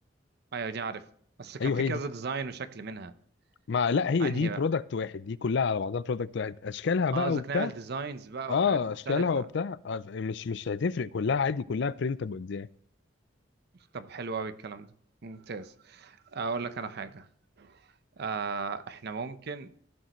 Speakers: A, on the right (about 55°); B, on the left (about 65°).
A: ايوه دي عارف بس كان
B: ايوه
A: في
B: هي
A: كذا
B: دي
A: ديزاين وشكل منها
B: ما لا هي
A: انهي
B: دي برودكت
A: بقى
B: واحد دي كلها على بعضها برودكت واحد اشكالها بقى
A: اه قصدك
B: وبتاع
A: نعمل ديزاينز بقى
B: اه
A: وحاجات مختلفه
B: اشكالها وبتاع آه، مش مش هتفرق كلها عادي كلها برينتابلز يعني
A: طب حلو قوي الكلام ده ممتاز اقول لك انا حاجه آه احنا ممكن